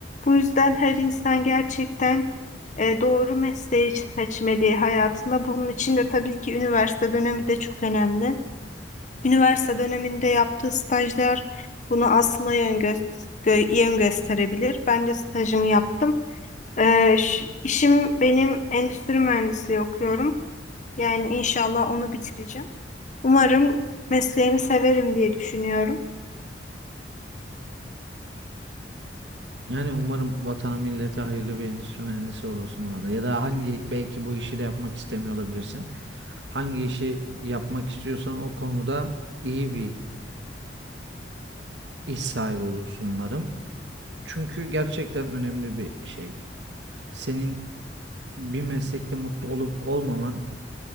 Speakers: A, on the left; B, on the right.
A: Bu yüzden her insan gerçekten e, doğru mesleği seçmeli hayatında. Bunun için de tabii ki üniversite dönemi de çok önemli. Üniversite döneminde yaptığı stajlar bunu aslında yön, gö- gö- yön gösterebilir. Ben de stajımı yaptım. Ee, ş- işim benim endüstri mühendisliği okuyorum. Yani inşallah onu bitireceğim. Umarım mesleğimi severim diye düşünüyorum.
B: Yani umarım vatana millete hayırlı bir endüstri mühendisi olursun bu arada. Ya da hangi belki bu işi de yapmak istemiyor olabilirsin. Hangi işi yapmak istiyorsan o konuda iyi bir iş sahibi olursun umarım. Çünkü gerçekten önemli bir şey. Senin bir meslekte mutlu olup olmaman